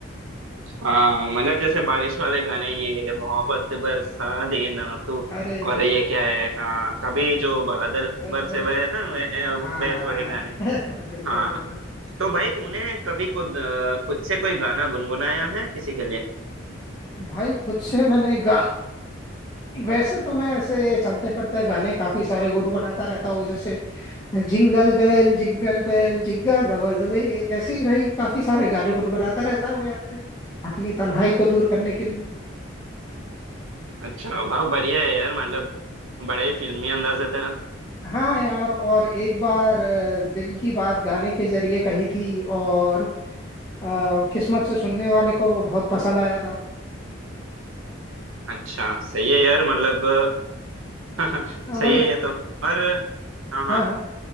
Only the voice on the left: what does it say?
अरे
बिल्कुल
चल
बस
हाँ
<laughs> बिल्कुल
बिल्कुल
भाई खुद से मैंने गान वैसे तो मैं ऐसे चलते फिरते गाने काफी सारे गुनगुनाता रहता हूँ जैसे jingle bell jingle bell jingle all the way ऐसे ही भाई काफी सारे गाने गुनगुनाता रहता हूँ यार मैं, अपनी तन्हाई को दूर करने के लिए
हाँ यार और एक बार अ, दिल की बात गाने के जरिए कही थी और अ, किस्मत से सुनने वाले को बहुत पसंद आया था
हाँ,
वही
हाँ हाँ